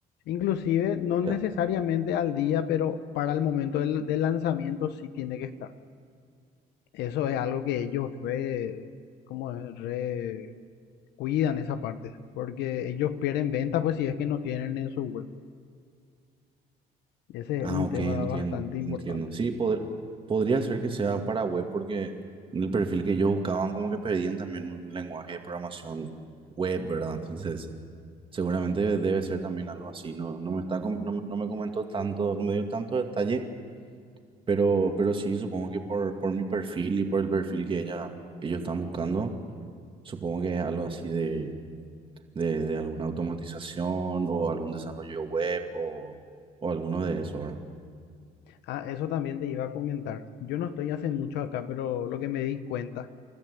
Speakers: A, on the left; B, on the right.
A: Inclusive, no necesariamente
B: ya,
A: al día, pero para el momento del, del lanzamiento sí tiene que estar. Eso es algo que ellos re, ¿cómo es? re cuidan esa parte, porque ellos pierden venta pues si es que no tienen en su web. Ese
B: Ah,
A: es un
B: ok,
A: tema
B: entiendo,
A: bastante importante.
B: entiendo. Sí, pod- podría ser que sea para web porque en el perfil que ellos buscaban como que pedían también un lenguaje de programación web, ¿verdad? Entonces, seguramente debe ser también algo así. No, no me está, com- no, me no me comentó tanto, no me dio tanto detalle, pero, pero sí, supongo que por, por mi perfil y por el perfil que ella, ellos están buscando, supongo que es algo así de, de, de alguna automatización o algún desarrollo web o, o alguno de eso, ¿verdad?
A: Ah, eso también te iba a comentar. Yo no estoy hace mucho acá, pero lo que me di cuenta